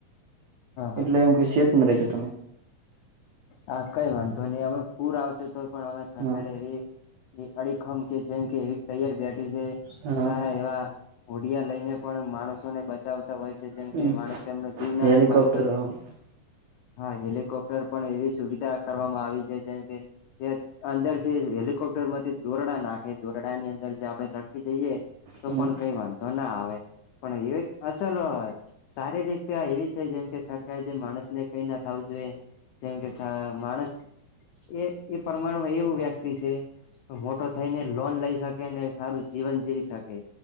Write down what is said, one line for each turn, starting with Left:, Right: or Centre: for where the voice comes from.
Left: હા
Right: એટલે એમ કે સેત ન રજો તમે
Left: હા કઈ વાંધો નહી હવે પૂર આવશે તો પણ અ સરકારે
Right: હા
Left: એવી અડીખમ કે જેમ કે ર જે
Right: હા
Left: સારા એ ઓડિયા લઈને પણ માણસોને બચાવતા હોય છે જેમ
Right: હમ
Left: કે માણસ એમનો જીવ ના
Right: હેલિકોપ્ટર
Left: ગુમાવી શકે
Right: હ
Left: હા હેલિકોપ્ટર પણ એવી સુવિધા કરવામાં આવી છે જેમ કે અંદર થી હેલિકોપ્ટર માંથી દોરડા નાખ એ દોરડા ની અંદર જે આપડે લટકી જઈએ તો
Right: હમ
Left: પણ કઈ વાંધો ના આવે પણ એ અસલ હોય સારી રીતે એવી છે જેમ કે સરકાર જે માણસને કઈ ના થવું જોઈએ જેમ કે માણસ એ એ પ્રમાણમાં એવું વ્યક્તિ છે મોટો થઈને લોન લઈ શકે અને સારું જીવન જીવી શકે